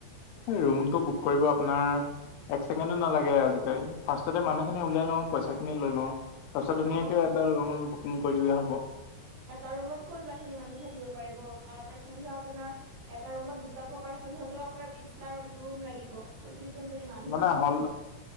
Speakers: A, on the left (about 75°); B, on the right (about 75°).
A: এই ৰুমটো বুক কৰিব আপোনাৰ এক ছেকেণ্ডো নালাগে আজিকালি। ফাৰ্ষ্টতে মানুহখিনি উলিয়াই লওঁ, পইচাখিনি লৈ লওঁ। তাৰপিছত ধুনীয়াকে
B: অ',
A: এটা ৰুম বুকিং কৰি দিলে হ'ব।
B: এটা ৰুমত ক'ৰ ইমান খিনি মানুহ থাকিব পাৰিব? পাৰ পাৰ্চন ধৰা আপোনাৰ এটা ৰুমত দুটাকৈ পাৰ্চন হ'লেও আপোনাৰ বিশটা ৰু-ৰুম লাগিব। চল্লিছজন যদি মান
A: মানে হল,